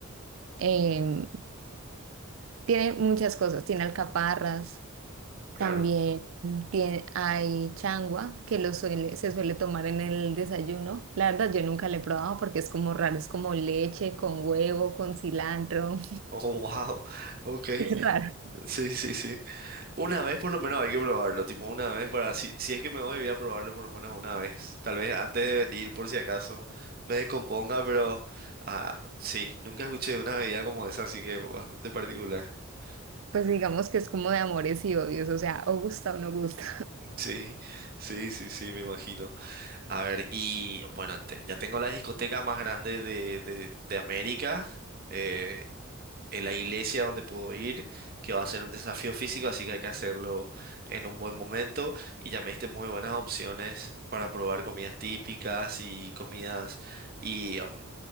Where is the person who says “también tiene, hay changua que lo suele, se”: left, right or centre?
Right